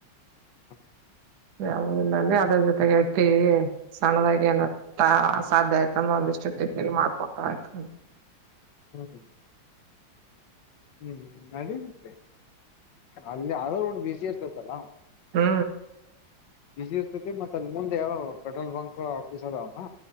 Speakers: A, on the left; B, on the right.
A: ಹೂ
B: ಯಯಾವು ಇಲ್ಲ ಅಲ್ಲಿ ಅದ್ರ ಜೊತೆಗೆ ಇಟ್ಟೀವಿ ಸಣ್ಣದಾಗಿ ಏನತ್ತಾ ಸಾಧ್ಯ ಆಯ್ತ ಅಂದ್ರೆ ಒಂದಿಷ್ಟು ದಿನಲ್ಲಿ ಮಾಡ್ಕೊಂತ ಆಯ್ತ
A: ಹೂ ಹೂ ಹೂ ನಡೀೆ ಅಲ್ಲಿ ಯ ರೋಡ್ ಬಿಸಿ ಇರ್ತತ್ತಲ್ಲ
B: ಹೂ
A: ಬಸಿ ಇರ್ತೈತಿ ಮತ್ತತ್ ಅಲ್ಲಿ ಮುಂದೆಾವ ಪೆ್ರೋಲ್ ಬಂಕ್ ಆಫೀಸ್ ಅದಾವನಾ